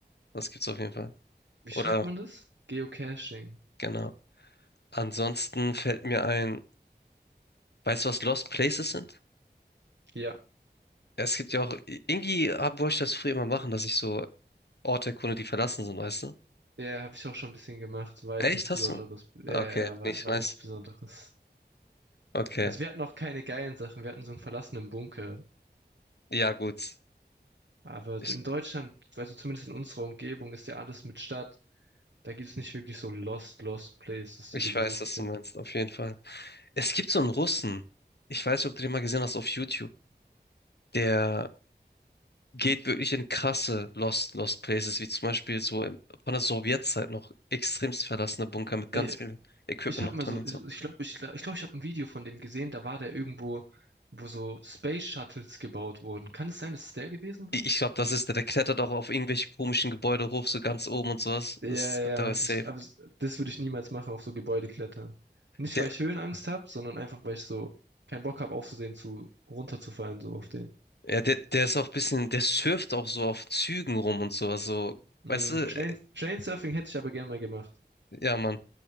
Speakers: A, on the left; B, on the right.
A: Das gibt's auf jeden Fall.
B: Wie
A: Oder,
B: schreibt man das? Geocaching.
A: genau. Ansonsten fällt mir ein, weißt du, was Lost Places sind?
B: Ja,
A: Ja, Es gibt ja auch, irgendwie hab- wollte ich das früher immer machen, dass ich so Orte erkunde, die verlassen sind, weißt du?
B: ja, habe ich auch schon ein bisschen gemacht. War
A: Echt,
B: jetzt nichts Besonderes.
A: hast du?
B: Ja,
A: Okay,
B: ja, war,
A: nicht
B: war
A: nice.
B: nichts Besonderes.
A: Okay,
B: Also wir hatten auch keine geilen Sachen. Wir hatten so einen verlassenen Bunker.
A: ja gut.
B: Aber
A: Ich,
B: in Deutschland, also zumindest in unserer Umgebung, ist ja alles mit Stadt. Da gibt's nicht wirklich so Lost, Lost Places, die
A: ich
B: du besuchen
A: weiß, was
B: kannst.
A: du meinst, auf jeden Fall. Es gibt so einen Russen, ich weiß nicht, ob du den mal gesehen hast auf YouTube, der geht wirklich in krasse Lost, Lost Places, wie zum Beispiel so im- von der Sowjetzeit noch extremst verlassene Bunker mit ganz
B: Ey,
A: viel Equipment
B: ich hab
A: noch
B: mal
A: drin
B: so,
A: und
B: ich
A: so.
B: glaube, ich glaube, ich, glaub, ich, glaub, ich habe ein Video von dem gesehen, da war der irgendwo, wo so Space Shuttles gebaut wurden. Kann es sein, dass es der gewesen war?
A: I- Ich glaube, das ist der, der klettert auch auf irgendwelche komischen Gebäude hoch, so ganz oben und sowas.
B: Ja,
A: Das,
B: ja,
A: da ist
B: das,
A: safe.
B: aber s- das würde ich niemals machen, auf so Gebäude klettern. Nicht,
A: Der,
B: weil ich Höhenangst habe, sondern einfach, weil ich so keinen Bock habe, aufzusehen, zu runterzufallen, so auf den.
A: ja, der, der ist auch ein bisschen, der surft auch so auf Zügen rum und sowas, so, weißt
B: Mm,
A: du,
B: Train, Trainsurfing hätte ich aber gern mal gemacht.
A: ja, Mann,